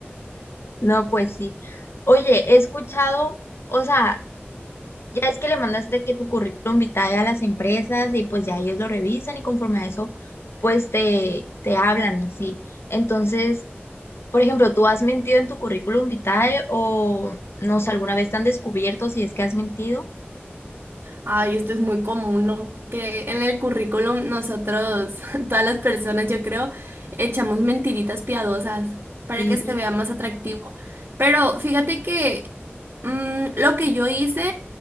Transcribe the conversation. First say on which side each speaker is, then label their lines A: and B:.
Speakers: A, on the left; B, on the right.
A: no, pues sí. Oye, he escuchado, o sea, ya es que le mandas de que tu currículum vitae a las empresas y pues ya ellos lo revisan y conforme a eso, pues te, te hablan y así. Entonces, por ejemplo, ¿tú has mentido en tu currículum vitae o no sé, alguna vez te han descubierto si es que has mentido?
B: Ay, esto es muy común, ¿no? Que en el currículum nosotros, <laughs> todas las personas, yo creo, echamos mentiritas piadosas para
A: Sí,
B: que se vea más atractivo. Pero fíjate que mm, lo que yo hice,